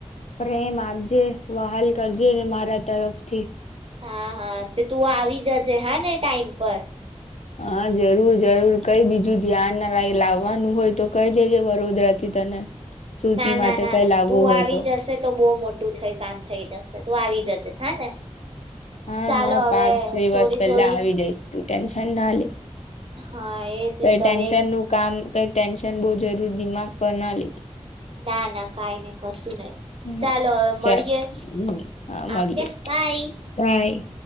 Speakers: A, on the left (about 75°); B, on the right (about 55°).
A: પ્રેમ આપજે વહાલ કરજે ને મારા તરફથી
B: હા હા તે તું આવી જજે હને ટાઈમ પર.
A: હા જરૂર જરૂર કઈ બીજું ધ્યાન ના લ લાવવાનું હોય તો કઈ દેજે વડોદરાથી તને શ્રુતિ
B: ના
A: માટે
B: ના ના
A: કઈ
B: ના
A: લાવવું
B: તું
A: હોય
B: આવી જશે તો બહુ મોટું થઈ કામ થઈ જશે. તું આવી જજે હ ને.
A: હા
B: ચાલો
A: હા
B: હવે
A: પાંચ દિવસ
B: થોડી
A: પહેલા
B: થોડી
A: આવી જઈશ તું ટેન્શન ના લે.
B: હા એજ
A: કઇ
B: તો
A: ટેન્શન
B: હવે
A: નું કામ કઈ ટેન્શન બહુ જરૂર દિમાગ પર ના લેતી.
B: ના ના કાય નય, કશું નઈ,
A: લેતી
B: ચાલો
A: હા
B: હવે મળીયે.
A: ચાલ હમ હા મળીએ
B: ઓકે, બાય.
A: બાય.